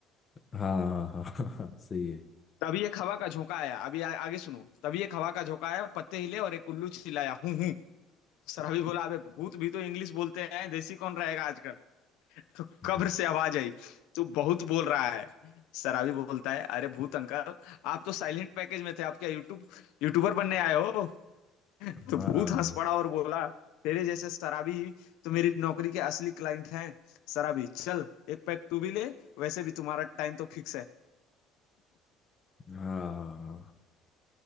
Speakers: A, on the left; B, on the left.
A: हाँ हाँ हाँ हाँ, सही है
B: तभी एक हवा का झोंका आया अभी आ, आगे सुनो तभी एक हवा का झोंका आया पत्ते हिले और एक उल्लू चिल्लाया हूं हूं सराबी बोला अबे भूत भी तो इंग्लिश बोलते हैं देसी कौन रहेगा आजकल तो कब्र
A: हाँ
B: से आवाज आई तू बहुत बोल रहा है सराबी बोलता है अरे भूत अंकल आप तो साइलेंट पैकेज में थे आप क्या यूट्यूब यूट्यूबर बनने आए हो <laughs> तो
A: हाँ
B: भूत हंस पड़ा और बोला तेरे जैसे शराबी ही तो मेरी नौकरी के असली क्लाइंट हैं शराबी चल एक पैक तू भी ले वैसे भी तुम्हारा टाइम तो फिक्स है
A: हाँ हाँ